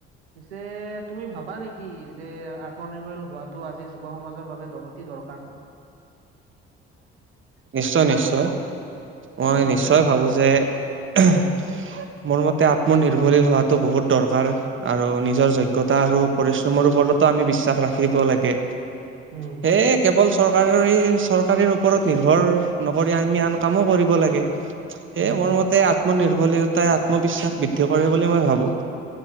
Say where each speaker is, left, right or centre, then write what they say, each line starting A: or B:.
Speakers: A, on the right (about 80°); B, on the right (about 40°).
A: পিছে তুমি ভা বা নেকি যে আত্মনিৰ্ভৰশীল হোৱাটো আজিৰ যুৱ সমাজৰ বাবে অতি দৰকাৰ?
B: নিশ্চয় নিশ্চয়। মই
A: উম
B: নিশ্চয় ভাবো যে <unintelligible> মোৰ মতে আত্মনিৰ্ভৰশীল হোৱাটো বহুত দৰকাৰ আৰু নিজৰ যোগ্যতা আৰু পৰিশ্ৰমৰ ওপ ওপৰতো আমি বিশ্বাস ৰাখিব লাগে
A: উম
B: সেয়ে কেৱল চৰকাৰৰ চৰকাৰীৰ ওপৰত নিৰ্ভৰ নকৰি আমি আন কামো কৰিব লাগে সেয়ে
A: উম।
B: মোৰ মতে আত্মনিৰ্ভলীতাই আত্মবিশ্বাস বৃদ্ধি কৰে বুলি মই ভাবো